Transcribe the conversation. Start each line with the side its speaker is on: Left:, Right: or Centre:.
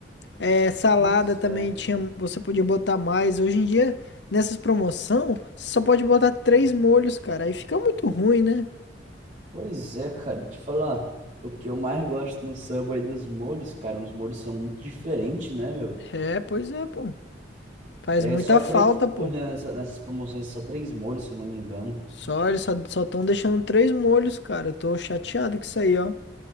Left: É, salada
Right: Pois
Left: também
Right: é,
Left: tinha, você podia botar mais. Hoje em dia, nessas promoção, você só pode botar três molhos, cara. Aí fica muito ruim, né?
Right: pois é, cara, e te falar, o que eu mais gosto no Subway é dos molhos, cara, os molhos são muito diferentes, né, meu?
Left: É, pois é, pô. Faz
Right: É
Left: muita
Right: só três
Left: falta, pô.
Right: molhos, né, nessa- nessas promoções, só três molhos, se eu não me engano.
Left: Só, eles só só estão deixando três molhos, cara. Eu tô chateado com isso aí, ó.